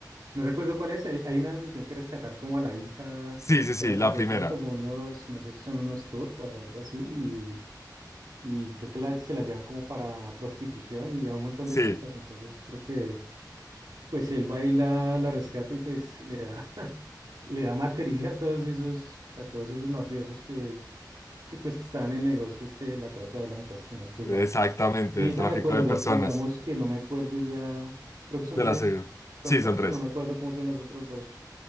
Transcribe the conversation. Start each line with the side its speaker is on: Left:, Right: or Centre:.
Right: No recuerdo cuál es. Hay hay una donde tiene que rescatar como a la hija,
Left: Sí, sí, sí,
Right: que la secuestran
Left: la primera.
Right: como unos, no sé si son unos turcos o algo así, y, y creo que la- se la llevan como para prostitución y a un montón
Left: Sí,
Right: de chicas. Entonces creo que pues él va y la, la rescata y pues le da, <laughs> le da material a todos esos, a todos esos mafiosos que pues que estaba en el negocio este de la trata de blancas, si no estoy mal.
Left: exactamente,
Right: De
Left: el
Right: esa
Left: tráfico
Right: me acuerdo,
Left: de personas.
Right: digamos que no me acuerdo ya, creo que son
Left: De
Right: tres,
Left: la segunda.
Right: son
Left: Sí,
Right: tres,
Left: son tres.
Right: pero no me acuerdo cómo son las otras dos.